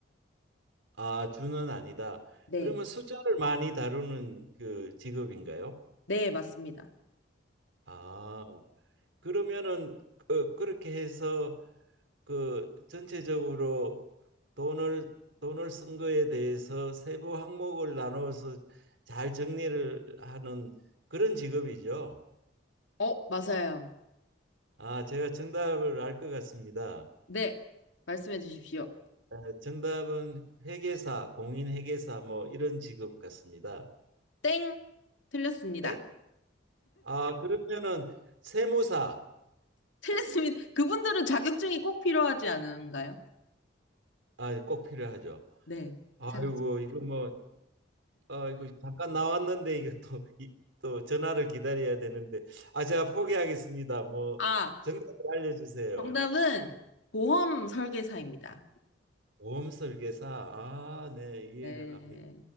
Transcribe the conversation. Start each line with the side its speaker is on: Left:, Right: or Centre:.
Right: 아, 주는 아니다.
Left: 네.
Right: 그러면 숫자를 많이 다루는 그 직업인가요?
Left: 네, 맞습니다.
Right: 아, 그러면은 그, 그렇게 해서 그 전체적으로 돈을 돈을 쓴 거에 대해서 세부 항목을 나눠서 잘 정리를 하는 그런 직업이죠.
Left: 어, 맞아요.
Right: 아, 제가 정답을 알 것 같습니다.
Left: 네. 말씀해 주십시오.
Right: 어, 정답은 회계사, 공인 회계사 뭐 이런 직업 같습니다.
Left: 땡. 틀렸습니다.
Right: 네? 아, 그러면은 세무사
Left: <laughs> 틀렸습니다. 그분들은 자격증이 꼭 필요하지 않은가요?
Right: 아, 꼭 필요하죠.
Left: 네.
Right: 아이고,
Left: 자격증.
Right: 이거 뭐, 아, 이거 잠깐 나왔는데 이거 또, 이, 또 전화를 기다려야 되는데, 아, 제가 포기하겠습니다. 뭐
Left: 아,
Right: 정답을 알려주세요.
Left: 정답은 보험 설계사입니다.
Right: 보험 설계사, 아, 네, 이해가
Left: 네.
Right: 갑니다.